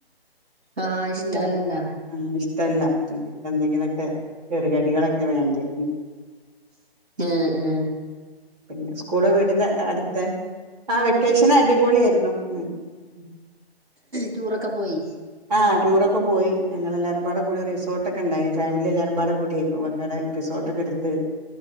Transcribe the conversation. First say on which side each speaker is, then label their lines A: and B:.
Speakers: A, on the right; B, on the right.
A: ആഹ് ഇഷ്ടല്ലല്ല
B: ഇല്ല ആ ഇഷ്ടല്ല എന്തെങ്കിലൊക്കെ ചെറുകടികളൊക്കെ വേണ്ട്യേ
A: ആ ആ
B: പിന്നെ സ്കൂള് വീടിന്റെ അടുത്തെ ആഹ് വെക്കേഷൻ അടിപൊളിയേർന്നു ഉ ഉം ഉ
A: ടൂറൊക്കെ പോയി
B: ആ ടൂർ ഒക്കെ പോയി ഞങ്ങൾ എല്ലാരും പാടെ കൂടി റിസോർട്ട്ക്കെ ഇണ്ടായ്നി ഫാമിലി എല്ലാരും പാടെ കൂടി <unintelligible> റിസോ ട്ടക്കെ എടുത്ത്